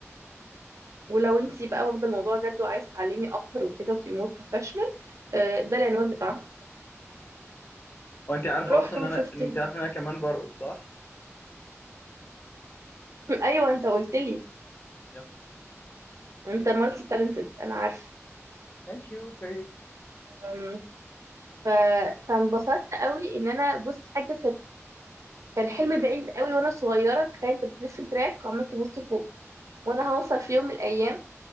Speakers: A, on the right (about 80°); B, on the left (about 45°).
A: ولو انت بقى واخده الموضوع جد وعايز تعلمي اكتر وكده وتبقي مور بروفيشنال ده العنوان بتاعها
B: وانت عارفه
A: رحت
B: اصلا
A: وشفت
B: ان انا انت
A: ال...
B: عارفه ان انا كمان برقص صح
A: <laughs> ايوه انت قلت لي
B: يب
A: انت مالتي تالنتد انا عارفه
B: ثانك يو فيري
A: أم، ف... فانبسطت قوي ان انا بص حاجه كانت كان حلم بعيد قوي وانا صغيره تخيل انت بتلف تراك وعمال تبص فوق وانا هوصل في يوم من الايام